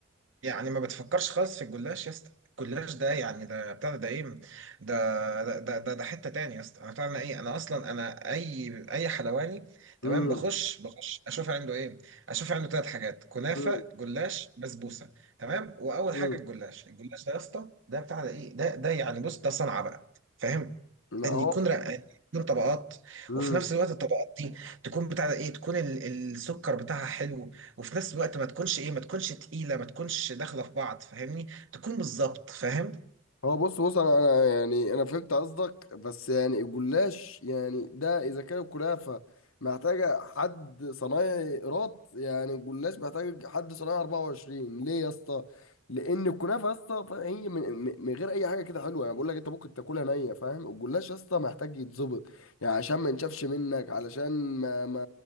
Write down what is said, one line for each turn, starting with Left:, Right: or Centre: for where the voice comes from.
Right: يعني ما بتفكرش خالص في الجلاش يا اسطى الجلاش ده يعني ده بتاع ده ايه ده ده ده ده, ده حته تاني يا اسطى انا بتاع ايه انا اصلا انا اي اي حلواني تمام
Left: امم
Right: بخش بخش اشوف عنده ايه اشوف عنده ثلاث حاجات كنافه
Left: امم
Right: جلاش بسبوسه تمام واول
Left: امم
Right: حاجه الجلاش الجلاش ده يا اسطى ده بتاع ده ايه ده ده يعني بص ده صنعه بقى فاهم
Left: لا
Right: ان
Left: هو
Right: يكون رقاني يكون طبقات
Left: مم.
Right: وفي نفس الوقت الطبقات دي تكون بتاع ده ايه تكون ال- السكر بتاعها حلو وفي نفس الوقت ما تكونش ايه ما تكونش تقيله ما تكونش داخله في بعض فاهمني تكون بالظبط فاهم
Left: هو بص بص انا انا يعني انا فهمت قصدك بس يعني الجلاش يعني ده اذا كان الكنافه محتاجه حد صنايعي قراط يعني الجلاش محتاج حد صنايعي 24 ليه يا اسطى لان الكنافه يا اسطى فا- هي من, من من غير اي حاجه كده حلوه يعني بقول لك انت ممكن تاكلها نيه فاهم الجلاش يا اسطى محتاج يتظبط يعني عشان ما ينشفش منك علشان ما ما